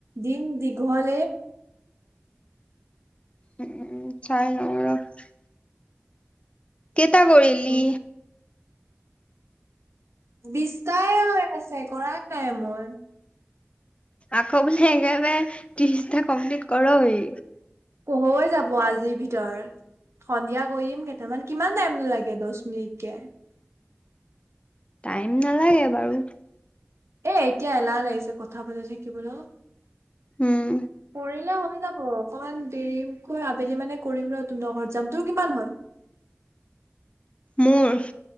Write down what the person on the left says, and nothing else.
উম, উম, চাই লওঁ ৰখ, কেইটা কৰিলি?
আকৌ বোলে একেবাৰে ত্ৰিশটা কমপ্লিট ক'ৰৱে?
টাইম নালাগে বাৰু।
উম
মোৰ?